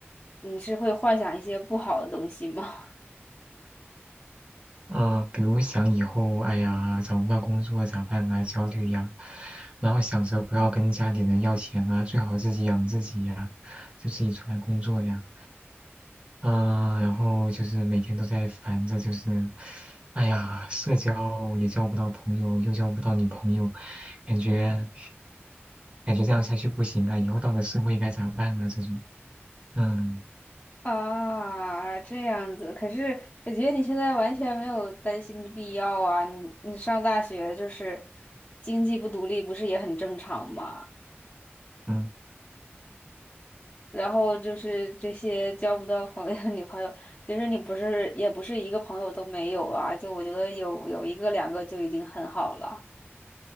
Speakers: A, on the left; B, on the right.
A: 你是会幻想一些不好的东西吗？
B: 呃，比如想以后，哎呀，找不到工作咋办啊，焦虑呀、然后想着不要跟家里人要钱啊，最好自己养自己呀、就自己出来工作呀。啊、然后就是每天都在烦着，就是，哎呀，社交也交不到朋友，又交不到女朋友，感觉感觉这样下去不行啊！以后到了社会该咋办啊？这种，嗯
A: 啊，这样子。可是我觉得你现在完全没有担心的必要啊。你你上大学就是经济不独立，不是也很正常吗？
B: 嗯
A: 然后就是这些交不到朋友、<laughs> 女朋友，其实你不是也不是一个朋友都没有啊。就我觉得有有一个两个就已经很好了